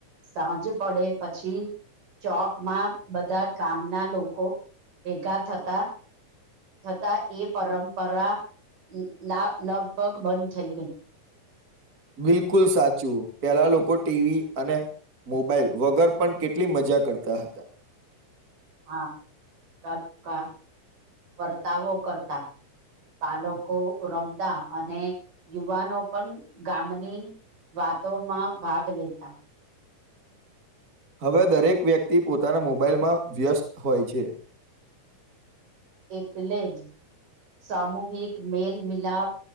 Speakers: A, on the right; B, on the right.
A: સાંજ પડે પછી ચોકમાં બધા ગામના લોકો ભેગા થતા, છતાં એ પરંપરા લા, લગભગ બંધ થઈ ગઈ.
B: બિલકુલ સાચું. પેલા લોકો ટીવી અને મોબાઈલ વગર પણ કેટલી મજા કરતા હતા.
A: હા, લુકા, કરતાવો કરતા. પાલકો રમતા અને યુવાનો પન ગામની વાતોમાં ભાગ લેતા.
B: હવે દરેક વ્યક્તિ પોતાના મોબાઈલમાં વ્યસ્ત હોય છે
A: એટલે જ સામૂહિક મેલમિલાપ